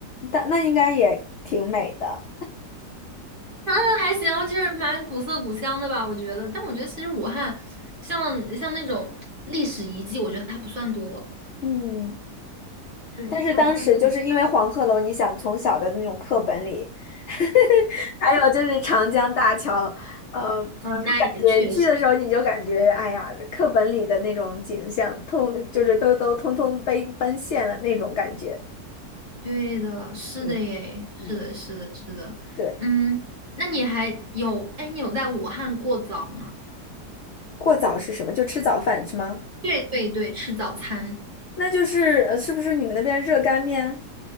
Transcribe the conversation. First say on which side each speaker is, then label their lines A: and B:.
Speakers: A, on the left; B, on the right.
A: 当那应该也挺美的。
B: 嗯，还行，就是蛮古色古香的吧，我觉得。但我觉得其实武汉像像那种历史遗迹，我觉得它不算多，
A: 嗯。
B: 对，
A: 但是当时就是因为黄鹤楼，
B: 它不算特别
A: 你想从小的那种课本里，<laughs> 还有就是长江大桥，呃，
B: 多。
A: 就感觉去的时候你就感觉，
B: 那也确实，
A: 哎呀，课本里的那种景象，通就是都都通通被奔现了那种感觉。
B: 对的，是的耶，
A: 嗯
B: 是的，
A: 嗯，
B: 是的，是的。
A: 对，
B: 嗯，那你还有，哎，你有在武汉过早吗？
A: 过早是什么？就吃早饭是吗？
B: 对对对，吃早餐。
A: 那就是呃是不是你们那边热干面？